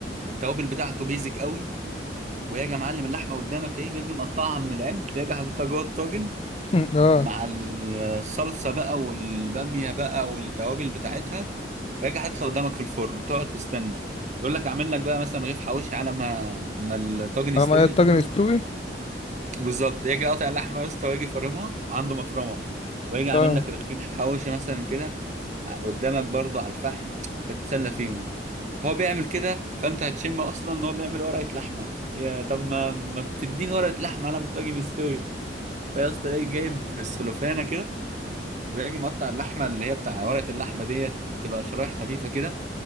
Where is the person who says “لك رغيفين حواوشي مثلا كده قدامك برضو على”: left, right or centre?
Right